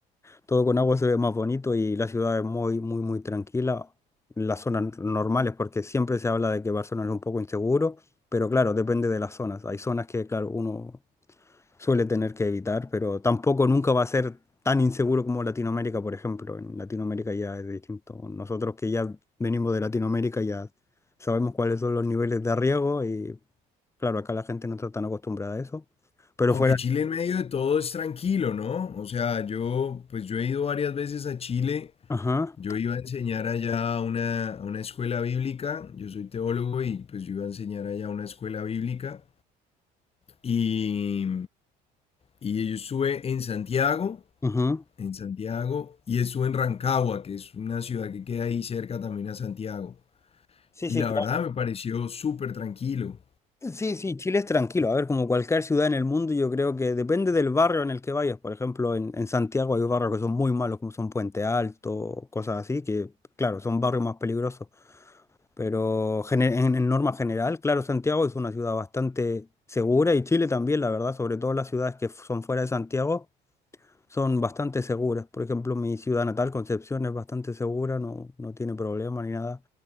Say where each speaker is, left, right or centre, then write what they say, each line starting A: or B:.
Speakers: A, on the left; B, on the left.
A: Todo con agua se ve más bonito y la ciudad es muy, muy, muy tranquila. Las zonas n- normales, porque siempre se habla de que Barcelona es un poco inseguro, pero claro, depende de las zonas. Hay zonas que, claro, uno suele tener que evitar, pero tampoco nunca va a ser tan inseguro como Latinoamérica, por ejemplo. En Latinoamérica ya es distinto. Nosotros que ya venimos de Latinoamérica ya sabemos cuáles son los niveles de riesgo y, claro, acá la gente no está tan acostumbrada a eso. Pero
B: Aunque
A: fuera...
B: Chile en medio de todo es tranquilo, ¿no? O sea, yo, pues yo he ido varias veces a Chile.
A: Ajá,
B: Yo iba a enseñar allá a una, a una escuela bíblica, yo soy teólogo y pues yo iba a enseñar allá a una escuela bíblica y, y yo estuve en Santiago,
A: ajá.
B: en Santiago y estuve en Rancagua, que es una ciudad que queda ahí cerca también a Santiago.
A: Sí,
B: Y
A: sí,
B: la
A: claro.
B: verdad me pareció súper tranquilo.
A: Sí, sí, Chile es tranquilo. A ver, como cualquier ciudad en el mundo, yo creo que depende del barrio en el que vayas. Por ejemplo, en, en Santiago hay barrios que son muy malos, como son Puente Alto, cosas así, que claro, son barrios más peligrosos. Pero gene- en, en norma general, claro, Santiago es una ciudad bastante segura y Chile también, la verdad, sobre todo las ciudades que f- son fuera de Santiago son bastante seguras. Por ejemplo, mi ciudad natal, Concepción, es bastante segura, no, no tiene problema ni nada.